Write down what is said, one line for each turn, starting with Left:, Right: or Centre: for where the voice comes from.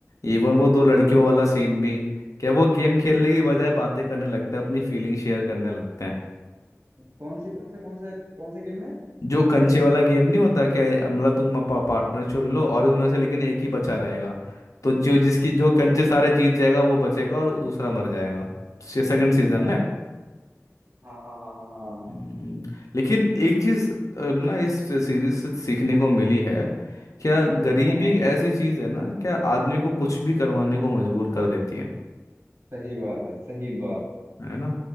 Left: इवन वो दो लड़कियों वाला सीन भी क्या वो गेम खेलने की बजाय बातें करने लगते हैं अपनी फीलिंग शेयर करने लगते हैं
Right: कौन सी कौन से कौन से कौन से गेम में
Left: जो कंचे वाला गेम नहीं होता क्या ये, मतलब तुम अपना पार्टनर चुन लो और उसमें से लेकिन एक ही बचा रहेगा तो जो जिसकी
Right: अच्छा
Left: जो कंचे सारे जीत जाएगा वो बचेगा और दूसरा मर जाएगा सेकंड सीजन
Right: हाँ
Left: में
Right: हाँ हाँ हाँ हाँ हाँ
Left: हम्म, लेकिन एक चीज ना इस सीरीज से सीखने को मिली है क्या गरीबी
Right: हाँ
Left: एक ऐसी चीज है ना क्या आदमी को कुछ भी करवाने को मजबूर कर देती है
Right: सही बात है सही बात
Left: है ना